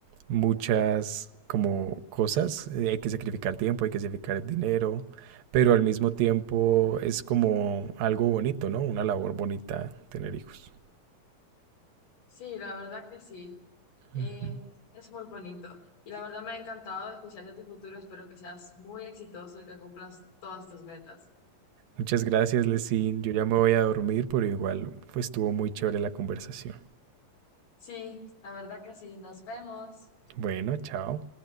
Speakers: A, on the right; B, on the left.
A: muchas como cosas, eh, hay que sacrificar tiempo, hay que sacrificar dinero, pero al mismo tiempo es como algo bonito, ¿no? Una labor bonita tener hijos.
B: Sí, la verdad que sí. Eh,
A: Ujú.
B: es muy bonito y la verdad me ha encantado, especialmente tu futuro. Espero que seas muy exitoso y que cumplas todas tus metas.
A: Muchas gracias, Lesin. Yo ya me voy a dormir, pero igual pues, estuvo muy chévere la conversación.
B: Sí, la verdad que sí. Nos vemos.
A: Bueno, chao.